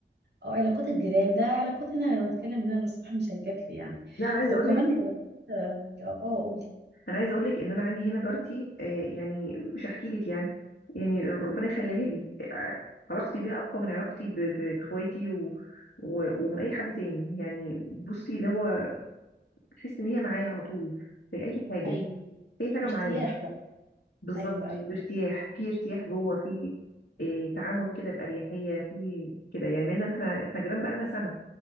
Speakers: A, on the right; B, on the left.
A: أو علاقات الجيران ده علاقات هنا لو اتكلم هنا للصبح مش هيكفي يعني
B: لا أنا عايزة
A: وكمان
B: أقول لك
A: علاقات اه آه، قولي
B: أنا عايزة أقول لك إن أنا عندي هنا جارتي آه، يعني مش هحكي لك يعني يعني ربنا يخليها لي آه، علاقتي بيها أقوى من علاقتي ب... ب... بإخواتي و... و... ومن أي حد تاني يعني بصي اللي هو تحس إن هي معايا على طول في أي حاجة
A: ايوه أيوة.
B: في أي حاجة
A: ارتياح
B: معايا
A: بقى
B: بالظبط
A: ايوه ايوه
B: بارتياح في ارتياح جوه
A: م-
B: في آه، تعامل كده بأريحية في كده يعني مع إن إحنا إحنا جيران بقالنا سنة